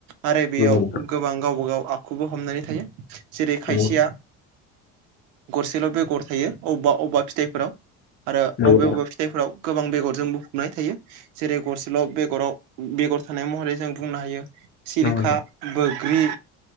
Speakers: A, on the right (about 75°); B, on the left (about 35°).
A: आरो बेयाव
B: नंगौ नोंथां
A: गोबां गावबागाव आखुबो हमनानै थायो जेरै खायसेया
B: नंगौ नोंथां
A: गरसेल' बेगर थायो अबबा अबबा फिथाइफोराव आरो
B: नंगौ
A: अबेबा
B: नोंथां
A: अबे जायफोराव गोबां बेगरजों बुंफबनाय थायो जेरै गरसेल' बेगराव बेगर थानाय महरै जों बुंनो हायो। सिलिखा,
B: नंगौ नोंथां
A: बोग्रि,